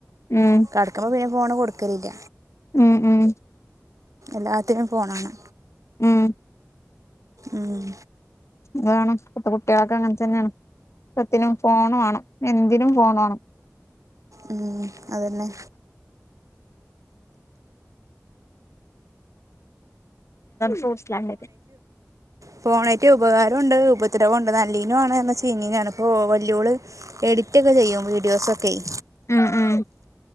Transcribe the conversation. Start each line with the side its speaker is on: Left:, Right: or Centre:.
Left: ഉം
Right: കെടക്കുമ്പ പി ഫോണ് കൊടുക്കലില്ല
Left: ഉം ഉം
Right: എല്ലാത്തിനും ഫോണാണ്
Left: ഉം
Right: ഊം
Left: അത് വേണം ഇപ്പ കുട്ടികൾക്ക് അങ്ങൻത്തന്നേണ് എക്കത്തിനും ഫോണ് വേണം എന്തിനും ഫോൺ വേണം
Right: ഉം അതന്നെ
Left: <unintelligible> ഫോർ സ്ലാൻഡേഡ്
Right: ഫോണേക്ക് ഉപകാരോം എണ്ട് ഉപദ്രവോണ്ട് നല്ലേനു ആണ് എന്നുച്ചു കഴിഞ്ഞഴിഞ്ഞാൽ ഇപ്പോ വല്ലോള് എഡി കുട്ടിക ചെയ്യും വീഡിയോസൊക്കെയ്
Left: അആ